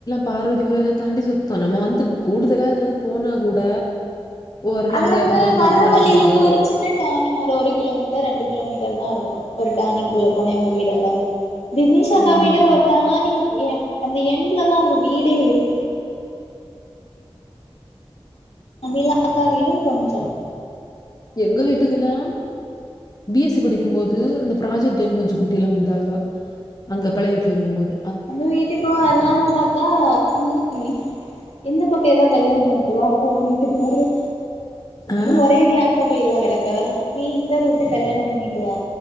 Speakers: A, on the left; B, on the left.
A: பார்வதி புரல்லா தாண்டி சுத்தோம் நம்ம வந்து கூடுதலா எதாது போனாக் கூட ஓரலா
B: அல்லந்து
A: அங்க புளியங்குறிச்சியில
B: வர்ற
A: நர்சரிக்கோ!
B: வழியில இந்து ஒரு ஜின்ன டேர்னிங் ஒரு கிலோமீட்டர் ரெண்டு கிலோ மீட்டர் தா இருக்கும் ஒரு டேர்னிங்குள்ள போன இவங்க வீடெல்லாமே தினிஷாக்கா
A: ம்.
B: வீடும் ஒரு டேர்னிங் எண்ட் அந்த எண்ட்லதா அவ்ங்க வீடே இருக்கு அபிலக்கா வீடும் கொஞ்சோம்
A: எங்க வீட்டுக்குல்லா பி எஸ் சி படிக்கும்போது அந்த ப்ராஜெக்ட் டைம் கொஞ்சோ குட்டில்லா வந்தாள்வா அங்க பழைய வீட்ல இருகும்போது
B: ஒங்க வீட்டுக்கு வர்லான் பாத்தா <inaudible> இந்த பக்கோ எதா கல்யாணம் பண்ட்டு வா அப்ப உ வீட்டுக்கு வரே
A: ஆ
B: நீ ஒரே அடியா அங்போய்ல கெடக்க நீ இந்த ரூட்டு கல்யாணம் பண்ணிட்டு வா